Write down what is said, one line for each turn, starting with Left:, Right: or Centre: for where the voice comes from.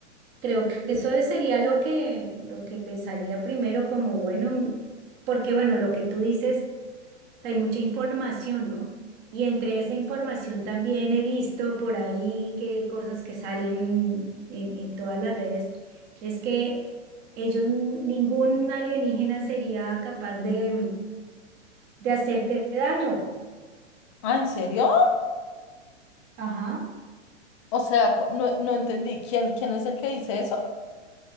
Right: Creo que eso sería lo que, lo que pensaría primero como, bueno, porque bueno, lo que tú dices sea, hay mucha información, ¿no? Y entre esa información también he visto por ahí que cosas que salen en, en todas las redes, es que ellos, ningún alienígena sería capaz de, de hacerte daño.
Left: Ah, ¿en serio?
Right: Ajá.
Left: O sea, co- no, no entendí. ¿Quién, quién es el que dice eso?